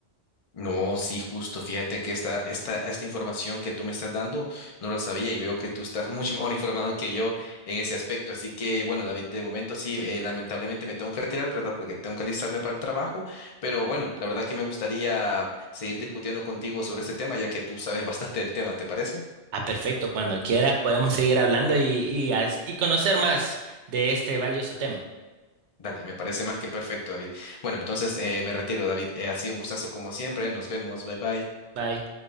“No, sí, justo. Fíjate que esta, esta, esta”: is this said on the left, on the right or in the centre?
Left